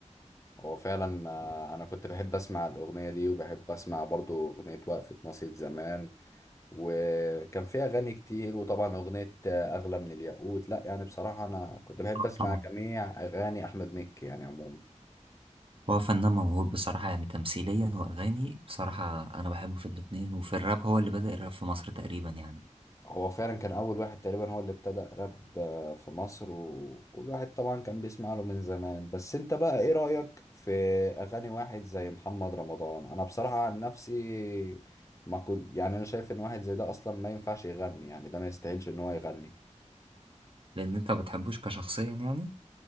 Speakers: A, on the left; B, on the right.
A: هو فعلا آه، انا كنت بحب اسمع الاغنية دي وبحب اسمع برضه اغنية وقفة ناصية زمان وكان فيها اغاني كتير وطبعا اغنية آه، اغلى من الياقوت لا يعني بصراحة انا كنت بحب
B: آه
A: اسمع
B: طبعا
A: جميع اغاني احمد مكي يعني عموما
B: هو فنان موهوب بصراحة يعني تمثيليا وأغاني بصراحة أنا بحبه في الاتنين وفي الراب هو اللي بدأ الراب في مصر تقريبا يعني
A: هو فعلا كان أول واحد تقريبا هو اللي ابتدأ راب آه، في مصر و... والواحد طبعا كان بيسمع له من زمان بس انت بقى ايه رأيك في أغاني واحد زي محمد رمضان أنا بصراحة عن نفسي ما كنت يعني أنا شايف إن واحد زي ده أصلا ما ينفعش يغني يعني ده ما يستاهلش إن هو يغني
B: لأن أنت ما بتحبوش كشخصيا يعني